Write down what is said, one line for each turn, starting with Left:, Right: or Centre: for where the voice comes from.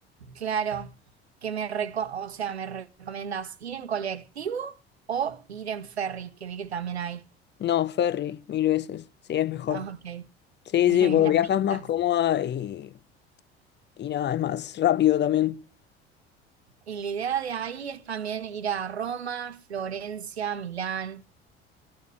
Right: claro, que me reco- o sea, me recomendás ir en colectivo o ir en ferry, que vi que también hay.
Left: No, ferry, mil veces, sí, es mejor.
Right: Ah, ok,
Left: Sí,
Right: <laughs>
Left: sí, porque
Right: las
Left: viajas
Right: vistas.
Left: más cómoda y, y nada, es más rápido también.
Right: Y la idea de ahí es también ir a Roma, Florencia, Milán.